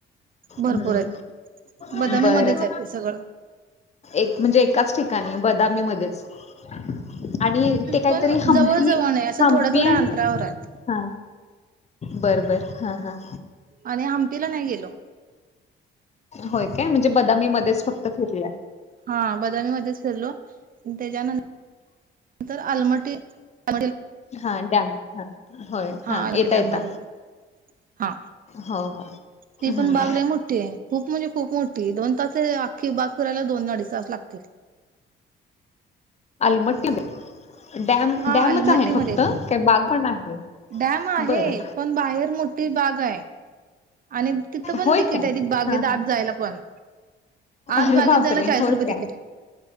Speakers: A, on the right; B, on the left.
A: भरपूर
B: हम्म
A: आहेत बदामीमध्येच
B: बरं
A: आहेत ते सगळं
B: एक म्हणजे एकाच ठिकाणी बदामी मध्येच. ‌ आणि ते काहीतरी
A: पण
B: हमपी
A: जवळ जवळ नाही असं
B: हमपी
A: थोड्या थोड्या
B: आणि
A: अंतरावर आहेत
B: हा बरबर हा हा.
A: आणि आमटीला नाही गेलो.
B: होय काय म्हणजे बदामी मध्येच फक्त फिरल्या.
A: हा बदामीमध्येध्ये सरलो त्याच्यानंत नंतर आलमटी <unintelligible>
B: हा ड्स हा होय हा
A: आलमटी
B: येता
A: डॅम
B: येत-
A: बघायला हा.
B: हो हो.
A: ती
B: हम्म
A: पण बागला मोठठी आहे. खूप म्हणजे खूप मोठी दोन तासखी बाग फिरायला दोन अडीच तास लागतील.
B: आलमट्टी डॅम
A: हा
B: डॅमच
A: आलमट्टीमध्ये
B: आहे फक्त
A: येत
B: काही बाग पण आहे.
A: डॅम आहे
B: बरं
A: पण बाहेर मोठी बाग आहे. आणि तिथं पण
B: होय
A: तिकीट
B: काय
A: आहे ती बागेत
B: हा हा
A: आज जायला पण. आज
B: अरे
A: बागेत
B: बापरे
A: जायला चाळीस
B: होय
A: रुपये
B: काय
A: तिकीट आहे